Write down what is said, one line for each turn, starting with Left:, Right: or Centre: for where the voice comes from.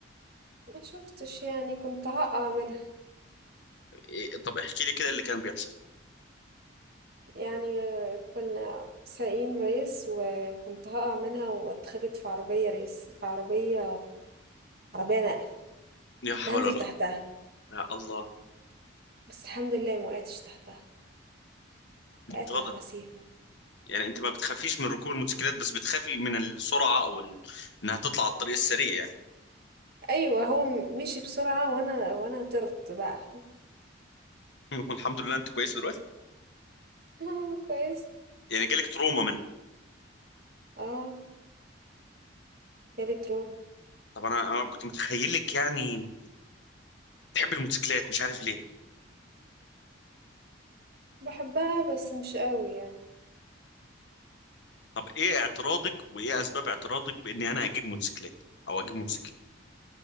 Right: ما شفتش يعني كنت هقع منها
Left: إيه، طب احكي لي كده اللي كان بيحصل
Right: يعني آه، كنا سايقين ريس وكنت هقع منها واتخبط في عربية ريس في عربية عربية نقل
Left: لا حول
Right: كنت هنزل
Left: ولا
Right: تحتها
Left: قوة يا الله
Right: بس الحمد لله ما وقعتش تحتها وقعت
Left: اتفضل
Right: على الرصيف
Left: يعني انت ما بتخافيش من ركوب الموتوسيكلات بس بتخافي من السرعة او ال... انها تطلع على الطريق السريع يعني
Right: ايوه هو مشي بسرعة وانا وانا طرت بقى
Left: <laughs> الحمد لله انت كويس دلوقتي
Right: <laughs> كويس
Left: يعني جالك تروما منها
Right: اه جالي تروما
Left: طب انا انا كنت متخيلك يعني بتحب الموتوسيكلات مش عارف ليه
Right: بحبها بس مش قوي يعني
Left: طب ايه اعتراضك وايه اسباب اعتراضك باني انا اجيب موتوسيكلات او اجيب موتوسيكل